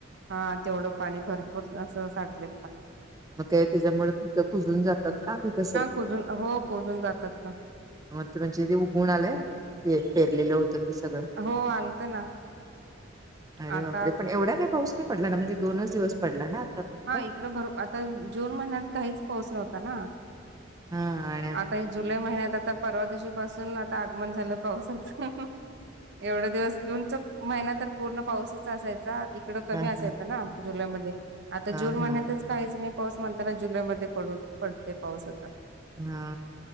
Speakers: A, on the right; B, on the right.
A: हा तेवढं पाणी भरपूर असं साठले.
B: मग ते त्याच्यामुळे पिकं कुजून जातात कास का?
A: कोजून हो कोजून जातात ना.
B: मागजे ते उघुण आलंय पेरलेलं होत सगळं
A: हो आलत ना
B: अरे
A: आता
B: बापरे पण एवढा काय पाऊस नाही पडला ना म्हणजे दोनच दिवस पडला ना आता फक्त?
A: हा इकडं भर आता जून महिन्यात काहीच पाऊस नव्हता ना
B: हा
A: आता ह जुलै महिन्यात आता परवा दिवशी पासून आता आगमन झालं पावसात एवढे दिवस जऊनच महिना तर पूर्ण पावसाचा असायचा इकडं कमी
B: हा
A: असायच
B: हा
A: ना जुलैमध्ये आता
B: हा
A: जून
B: हा.
A: महिन्यातच काहीच नाही पाऊस म्हणताना जुलै मध्ये पडू पडते पाऊस आता
B: हा